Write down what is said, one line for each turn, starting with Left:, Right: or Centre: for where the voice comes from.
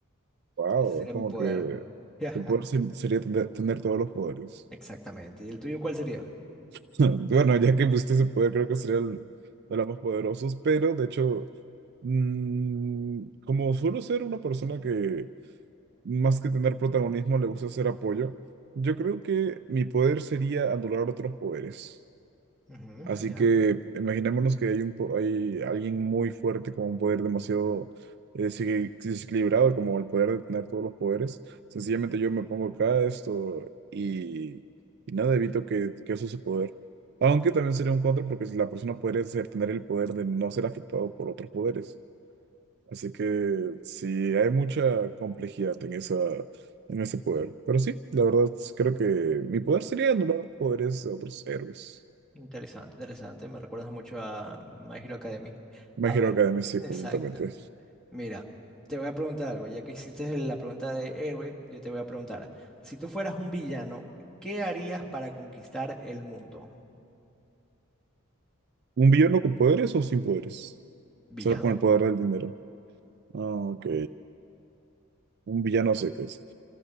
Right: wow,
Centre: Ese sería
Right: es como
Centre: mi poder.
Right: que
Centre: <laughs>
Right: tu poder se- sería tener, tener todos los poderes.
Centre: Exactamente. ¿Y el tuyo cuál sería?
Right: <laughs> Bueno, ya que pusiste ese poder, creo que sería el de los más poderosos, pero de hecho, mm, como suelo ser una persona que más que tener protagonismo le gusta hacer apoyo, yo creo que mi poder sería anular otros poderes.
Centre: Ujú,
Right: Así
Centre: ya.
Right: que imaginémonos que hay un po- hay alguien muy fuerte con un poder demasiado eh, desi- desequilibrado, como el poder de tener todos los poderes. Sencillamente yo me pongo acá esto y, y nada, evito que, que eso se poder. Aunque también sería un contra porque si la persona podría ser- tener el poder de no ser afectado por otros poderes. Así que sí, hay mucha complejidad en esa, en ese poder. Pero sí, la verdad creo que mi poder sería anular poderes de otros héroes.
Centre: Interesante, interesante. Me recuerdas mucho a My Hero Academy.
Right: My
Centre: A
Right: Hero
Centre: ver,
Right: Academia, sí,
Centre: exacto.
Right: completamente.
Centre: Mira, te voy a preguntar algo. Ya que hiciste la pregunta de héroe, yo te voy a preguntar. Si tú fueras un villano, ¿qué harías para conquistar el mundo?
Right: ¿Un villano con poderes o sin poderes?
Centre: Villano,
Right: Solo con el poder del dinero. Ah, ok. Un villano a secas.